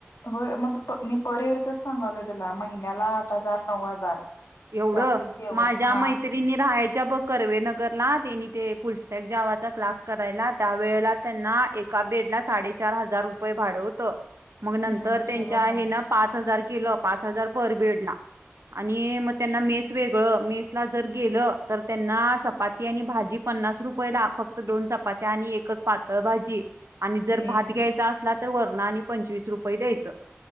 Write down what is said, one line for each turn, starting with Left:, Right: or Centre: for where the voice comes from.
Left: हो मग मी परेडचच सांगालय तुला महिन्याला आठ हजार नऊ हजार
Right: एवढं
Left: त्यातच जेवण
Right: माझ्या
Left: हा
Right: मैत्रिनी राहायच्या बघ करवेनगरला त्यांनी ते फुलस्टॅक जावा चा क्लास करायला त्यावेळेला त्यांना एका बेड ला साडेचार हजार रुपये भाड होत. मग
Left: हम्म
Right: नंतर त्यांच्या
Left: जेवण
Right: हे
Left: नाही
Right: ना पाच हजार केलं पाच हजार पर बेडला आणि मग त्यांना मेस वेगळं मेस ला जर गेलं तर त्यांना चपाती आणि भाजी पन्नास रुपये ला फक्त दोन चपात्या आणि एकच पातळ भाजी आणि जर
Left: हम्म
Right: भात घ्यायचा असला तर वरण आणि पंचवीस रुपये द्यायचं.